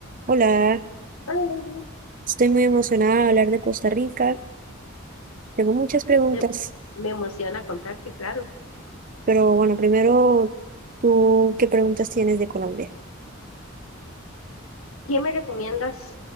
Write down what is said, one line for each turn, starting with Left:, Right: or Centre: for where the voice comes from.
Right: Hola,
Left: Ay,
Right: estoy muy emocionada de hablar de Costa Rica. Tengo muchas preguntas,
Left: Me, me emociona contarte, claro.
Right: pero bueno, primero, ¿tú qué preguntas tienes de Colombia?
Left: ¿Qué me recomiendas